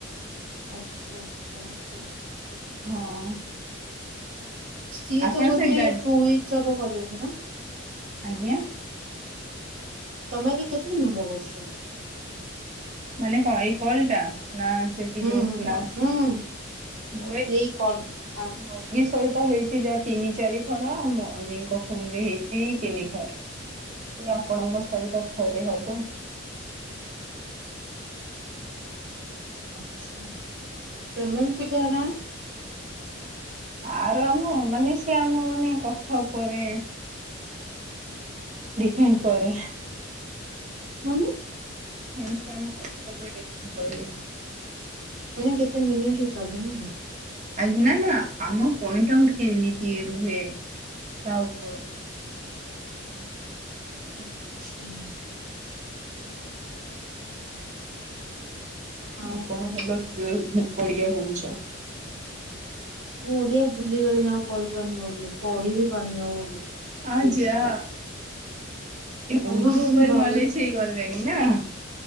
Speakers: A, on the right (about 70°); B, on the right (about 35°).
A: ଆଚ୍ଛା ଏମିତି।
B: ହଁ।
A: ସିଏ
B: ଆପଣ
A: ତ ବୋଧେ
B: ସେ ଗାଜ
A: ଟୁ ଉଇକସ୍ ହବ କଲେଣି ନାଁ?
B: ଆଜ୍ଞା।
A: ତମେ ଏବେ କେତେ ଦିନ ହବ କରୁଛ?
B: ମାନେ କଣ ଏଇ କଲଟା ନା ସେ ଠିଉ୍
A: ହୁଁ
B: <unintelligible>
A: ହୁଁ ହୁଁ ହୁଁ ହୁଁ ଏଇ କଲ୍ ଆପ୍
B: ମଦି ସହିତ ହେଇଛି ଯାହା ତିନି ଚାରି ଥର ଆଉ ମମିଙ୍କ ଫୋନ ରେ ହେଇଛି ତିନି ଥର। ଆପଣଙ୍କ ସହିତ ଥରେ ହବ।
A: ଆଚ୍ଛା ପେମେଣ୍ଟ କେତେ ହୋଗା?
B: ଆର ଆମ ମାନେ ସି ଆମ ମାନେ କଥା ଉପରେ। ଡିଫେଣ୍ଡ କରେ।
A: ମାମୁଁ।
B: ଏସ ଆମ କଥା ଉପରେ ଦେଖି କରିବ।
A: ମାନେ କେତେ ମିନିଟ୍ ହିସାବରେ ନା କଣ।
B: ଆଜ୍ଞ ନା ନା ଆମ ପଏଣ୍ଟ ଆଉଟ କେମିତି ରୁହେ ତା ଉପରେ।
A: ଆଚଛା। ଆଉ
B: ଆପଣ
A: କଣ
B: ଭଲ
A: କୁହ?
B: କିୟର ଓଡିଆ କହୁଛ?
A: ମୁଁ ଓଡିଆ ଭୁଲିଗଲିଣି ଆଉ କହିପାରୁନି ଓଡିଆ ପଢି ବି ପାରୁନି ଆଉ ଓଡିଆ।
B: ଆଜା
A: ଠିକ୍ ସେ ଆଉ
B: ଉର୍ଦ୍ଦୁ ଉପରେ
A: ଭଲ
B: ନଲେଜ ହେଇଗଲେଣି ନା।